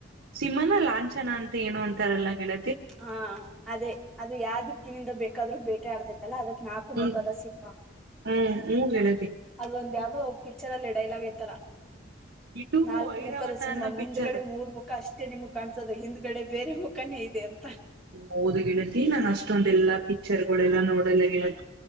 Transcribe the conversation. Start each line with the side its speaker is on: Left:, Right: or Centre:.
Right: ಸಿಮ್ಮನ ಲಾಂಛನ ಅಂತ ಏನು ಅಂತಾರೆಲ್ಲಾ ಗೆಳ
Centre: ಹಾ ಅದೇ ಅದು ಯಾವ ದಿಕ್ಕಿನಿಂದ ಬೇಕಾದ್ರೂ ಬೇಟೆ ಆಡ್ತೇತ್ತಲ್ಲ ಅದಕ್ ನಾಲ್ಕು
Right: ಹ್ಮ್
Centre: ಮುಖದ ಸಿಂಹ
Right: ಹ್ಮ್ ಹ್ಮ್ ಗೆಳತಿ
Centre: ಅದ ಒಂದ ಯಾವ್ದ. ಆ ಪಿಚ್ಚರ್ ಅಲ್ಲಿ ಡೈಲಾಗ್ ಐತಲ್ಲ.
Right: ಇದು
Centre: ನಾಲ್ಕು
Right: ಐರಾವತ
Centre: ಮುಖದ ಸಿಂಹ
Right: ಅನ್ನೋ
Centre: ಮುಂದ್ಗಡೆ
Right: ಪಿಕ್ಚರ್
Centre: ಮೂರ್ ಮುಖ ಅಷ್ಟೇ ನಿಮ್ ಕಾಣ್ಸದ ಹಿಂದ್ಗಡೆ. ಬೇರೆ ಮುಖಾನ ಇ <unintelligible>
Right: ಹೌದು ಗಿಳತಿ ನಾ ಅಷ್ಟೊಂದೆಲ್ಲಾ. ಪಿಚ್ಚರ್ ಗಳೆಲ್ಲ ನೋಡಲ್ಲ ಗೆಳತಿ.